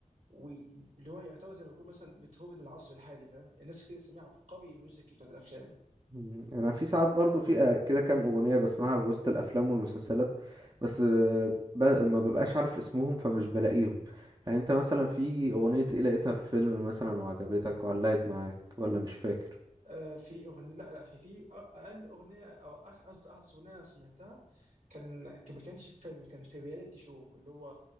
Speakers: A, on the right; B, on the right.
A: واللي هو يعتبر زي ما يكون مثلا بيتهوفن العصر الحالي فاهم الناس كتير بتسميه عبقري الميوزك بتاعت الافلام
B: مم. انا في ساعات برضو في آه، كده كام اغنية بسمعها وسط الافلام والمسلسلات بس آه، ب- ما ببقاش عارف اسمهم فمش بلاقيهم يعني انت مثلا في اغنية ايه لقيتها في فيلم مثلا وعجبتك وعلقت معاك ولا مش فاكر
A: آه، في اغنيه لا لا في في اقل اغنيه او أخ- قصدي احدث اغنيه أنا سمعتها كان كان- ما كانش في فيلم كان في رياليتي شو اللي هو